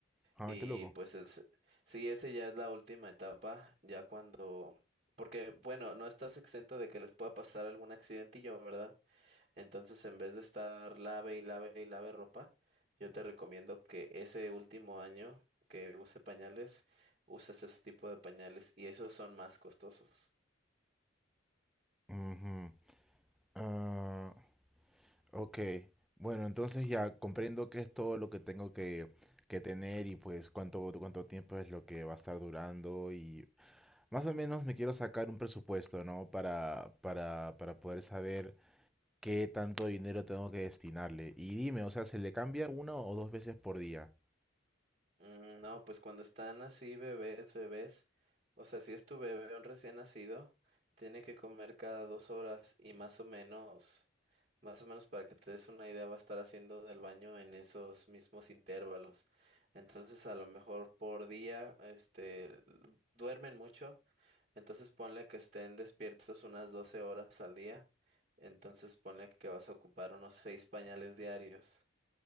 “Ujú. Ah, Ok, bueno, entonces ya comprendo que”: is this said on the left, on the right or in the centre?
Centre